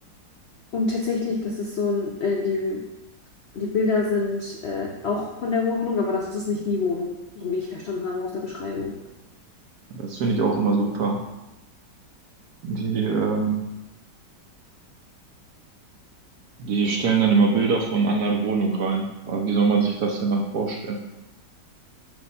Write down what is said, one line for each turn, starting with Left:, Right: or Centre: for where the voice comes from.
Left: Und tatsächlich, das ist so ein, äh, die, die Bilder sind äh, auch von der Wohnung, aber das ist nicht die Wohnung, so wie ich verstanden habe aus der Beschreibung.
Right: Das finde ich auch immer super. Die, ähm, die stellen dann immer Bilder von anderen Wohnungen rein. Aber wie soll man sich das denn dann vorstellen?